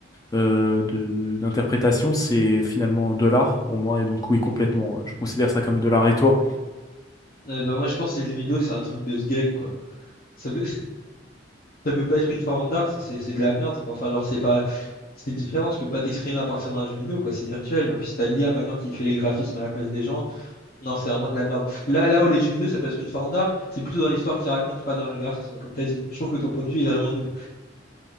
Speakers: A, on the left; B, on the left.
A: euh, de- d'interprétation, c'est finalement de l'art pour moi, et donc oui, complètement, euh, je considère ça comme de l'art. Et toi?
B: Euh, ben moi, je pense que les jeux vidéo, c'est un truc de ce geek, quoi. Ça, peut- ça peut pas être une forme d'art, c'est c'est- c'est de la merde, quoi. Enfin, genre, c'est pas, c'est différent, tu peux pas t'exprimer à partir d'un jeu vidéo, quoi, c'est virtuel. En plus, t'as l'IA maintenant qui fait les graphismes à la place des gens. Non, c'est vraiment de la merde. Là, là où les jeux vidéo, ça peut être une forme d'art, c'est plutôt dans l'histoire qu'ils racontent, pas dans le graphisme, comme t'as dit. Je trouve que ton point de vue est vraiment nul.